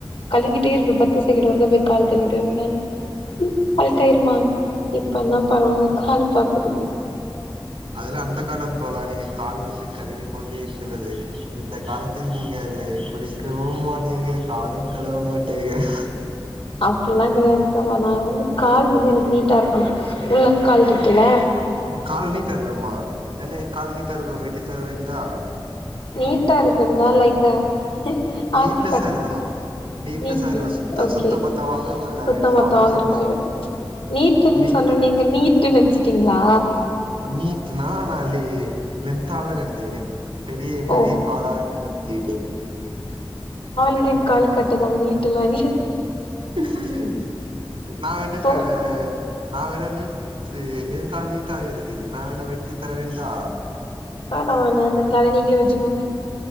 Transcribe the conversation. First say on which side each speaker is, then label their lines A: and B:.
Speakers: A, on the left; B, on the right.
A: கழுவிக்கிட்டே இருப்பன் பத்து செகண்ட் ஒருக்கா பேய் கால் கழுவிட்டு வருவேன் நானு அழக்காயிருமா இப்ப தான் பரவால்ல கால் பாக்கதுக்கு
B: அதெல்லா அந்த காலம் தோழா நீங்க கால் வந்து கழுவி கொண்டே இருக்கிறது இந்த காலத்தில் நீங்க இல்லை குளிக்கவும் மாட்டீர்கள் காலும் கழுவ மாட்டீர்கள்
A: அப்டில்லாம் கெடையாது தோழா நா வந்து கால் வந்து எனக்கு நீட்டா ருக்கணும் உள்ளங்கால் இருக்குல
B: கால் நீட்டா இருக்கம்மா வேன்னா என் கால் நீட்டா ருக்கும் வெட்டி தருவேன்டா
A: நீட்டா இருக்குனா லைக்கு ஆல்ரெடி
B: நீட்னஸா
A: க
B: இருக்கணும் நீட்னஸா
A: நீட்
B: இருக்கணும் சுத்த
A: ஓகே
B: சுத்த பத்தமாக கொள்ள
A: சுத்த
B: வேண்டும்
A: மொத்தமாக
B: அப்படி சொல்ல
A: இருக்க வேண்டும் நீட்டுன்
B: நீங்
A: சொன்னொன்னே நீங்க நீட்டு நெனச்சிட்டீங்ளா
B: நீட்டுனா நா லெ லென்த் ஆக நெனைத்து விட்டே பெரிய பெரிய
A: ஓ
B: காலா என்று நெனைத்து விட்டேன்
A: பெரிய காலு கட்ட தாங்க நீட்டல்லா இல்ல
B: ம் நா வெனா
A: சோ
B: க நா வெனா நீ இது என் கால் நீட்டாக இருக்குது நா வேனா வெட்டி தர வேண்டா
A: வேணா வேணா அந்த கால நீங்களே வச்சுக்கோங்க